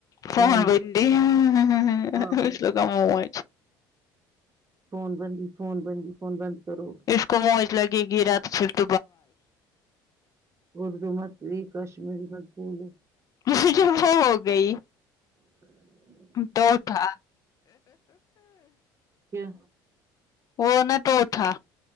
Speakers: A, on the left; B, on the right.
A: فن
B: فون بند
A: بڈ اس
B: ہاں وہ
A: اس لوگ م
B: فون بند فون بندی فون بند کرو
A: اس کو موج لگے گی رات چکٹ
B: اردو متب کشمیری مت بھولو
A: کچر وہ ہو گئی
B: ہ
A: تو تھا
B: ا کیا
A: ہونا تو تھا